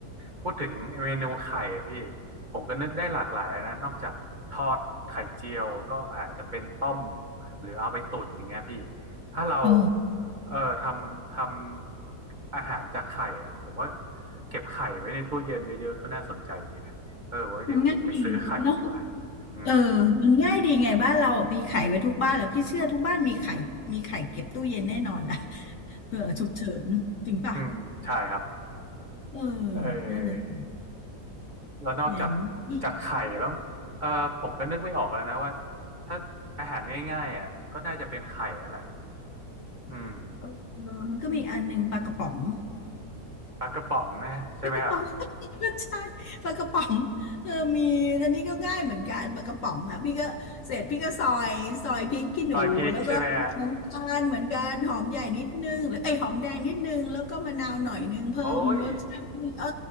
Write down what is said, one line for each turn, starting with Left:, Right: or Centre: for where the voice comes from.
Right: พูดถึงเมนูไข่อะพี่ผมก็นึกได้หลากหลายนะนอกจากทอดไข่เจียวก็อาจจะเป็นต้มหรือเอาไปตุ๋นอย่างเงี้ยพี่ถ้าเรา
Left: โอ้
Right: เออทำทำอาหารจากไข่อะผมว่าเก็บไข่ไว้ในตู้เย็นเยอะๆก็น่าสนใจดีนะเออไว้เดี๋ยวผมไปซื้อไข่ดีกว่า
Left: มันง่ายดีเนาะ
Right: อืม
Left: เออมันง่ายดีไงบ้านเรามีไข่ไว้ทุกบ้านแหละพี่เชื่อทุกบ้านมีไข่มีไข่เก็บตู้เย็นแน่นอนแหละ <laughs> เผื่อฉุกเฉินจริงป่ะ
Right: อืมใช่ครับ
Left: เออ
Right: เออ
Left: นั่นน่ะสิ
Right: แล้วนอกจาก
Left: อย่างนี้
Right: จากไข่แล้วเออผมก็นึกไม่ออกแล้วนะว่าถ้าอาหารง่ายๆอ่ะก็น่าจะเป็นไข่นั่นแหละอืม
Left: เออมันก็มีอกอันหนึงปลากระป๋อง
Right: ปลากระป๋องนะใช่ไหมครับ
Left: ปลากระป๋อง <laughs> ก็ใช่ปลากระป๋องเออมีอันนี้ก็ง่ายเหมือนกันปลากระป๋องอ่ะพี่ก็เสร็จพี่ก็ซอยซอยพริกขี้หนูแล้วก็น้ำตาลเหมือนกันหอมใหญ่นิดนึงหรือไอยหอมแดงนิดนึงแล้วก็มะนาวหน่อยนึงเพิ่มรสชาติเออ
Right: ซอยพริกใช่ไหมฮะโอ้ย